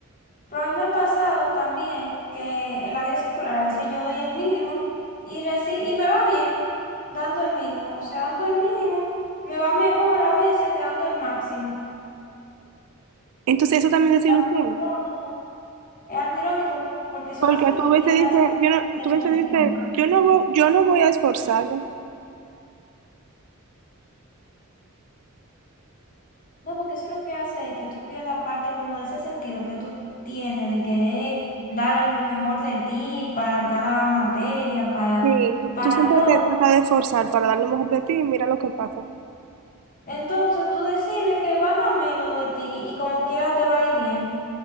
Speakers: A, on the left; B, on the right.
A: Pero a mí me ha pasado también que en la vida escolar a veces yo doy el mínimo y, reci- y me va bien dando el mínimo, o sea, dando el mínimo me va mejor a veces que dando el máximo.
B: Entonces eso también desilusiona,
A: algo irónico, es algo irónico porque eso
B: porque
A: hace que
B: tú
A: tú
B: ves
A: pierdas
B: y dices,
A: parte
B: yo no,
A: como de
B: tú
A: la
B: ves
A: emoción.
B: y dices, yo no voy, yo no voy a esforzarme.
A: No, porque eso lo que hace es que tú pierdas parte como de ese sentido que tú tienes de querer dar lo mejor de ti para cada materia, para,
B: Sí,
A: para
B: tú siempre
A: todo.
B: te tratas de esforzar para dar lo mejor de ti y mira lo que pasa.
A: Entonces tú decides que vas a dar menos de ti y como quiera te va a ir bien.